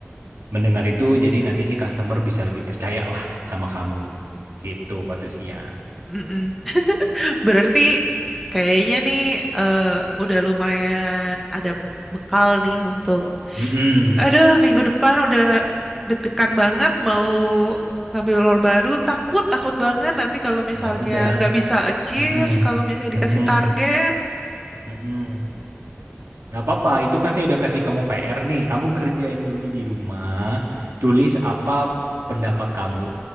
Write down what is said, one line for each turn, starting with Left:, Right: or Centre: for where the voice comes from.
Right: Mendengar itu jadi nanti si customer bisa lebih percaya lah sama kamu. Gitu, Patricia.
Centre: mm-mm. Berarti kayaknya nih eh, udah lumayan ada bekal nih untuk
Right: Mm-mm.
Centre: aduh minggu depan udah deg-degan banget mau ngambil lor baru takut takut banget nanti kalau misalnya
Right: Ya udah.
Centre: nggak bisa achieve
Right: Mm-mm.
Centre: kalau misalnya
Right: Mm-mm.
Centre: dikasih target.
Right: Mm-mm. Nggak apa-apa, itu kan saya udah kasih kamu PR nih. Kamu kerjain dulu di rumah, tulis apa pendapat kamu.